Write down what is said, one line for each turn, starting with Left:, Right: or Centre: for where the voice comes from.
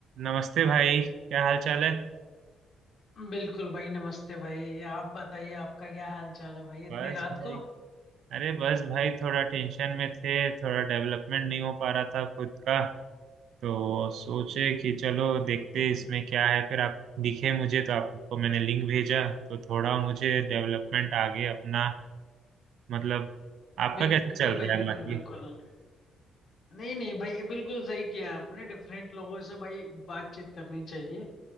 Right: नमस्ते भाई क्या हाल चाल है
Left: बिल्कुल भाई नमस्ते भाई आप बताइए आपका क्या हाल चाल है भाई इतनी
Right: बस
Left: रात
Right: भाई
Left: को
Right: अरे बस भाई थोड़ा टेंशन में थे थोड़ा डेवलपमेंट नहीं हो पा रहा था खुद का तो सोचे कि चलो देखते इसमें क्या है फिर आप दिखे मुझे तो आपको मैंने लिंक भेजा तो थोड़ा मुझे डेवलपमेंट आगे अपना मतलब आपका
Left: बिल्कुल
Right: कैसा चल रहा
Left: भाई
Right: है
Left: बिल्कुल
Right: बाकी
Left: बिल्कुल नहीं नहीं भाई बिल्कुल सही किया आपने डिफरेंट लोगों से भाई बातचीत करनी चाहिए